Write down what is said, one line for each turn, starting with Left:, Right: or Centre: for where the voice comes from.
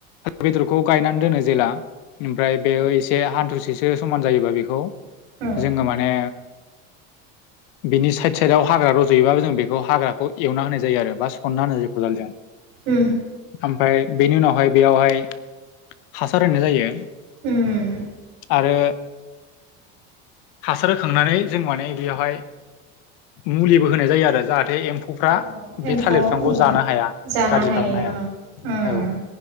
Left: बेदरखौ गायनानै दोनो जेला ओमफ्राय बेयो एसे हाथ ससेसो समान जायोबा बेखौ
Right: उम
Left: जोङो माने बिनि साइड साइडआव हाग्रा रज'योबाबो जों बेखौ हाग्राखौ एवना होनाय जायो आरो। सनना होनाय जायो खदालजों
Right: उम
Left: ओमफ्राय बेनि उनावहाय बेयावहाय हासार होननाय जायो।
Right: उम।
Left: आरो हासार होखांनानै जों माने बेयावहाय मुलिबो होनाय जायो आरो जाहाथ जाहाथे एम्फौफ्रा
Right: अ एम्फौ
Left: बे थालिर बिफांखौ
Right: अरना
Left: जानो हाया
Right: जानो
Left: गाज्रि
Right: हायो
Left: खालामनो हाया।
Right: उम उम
Left: औ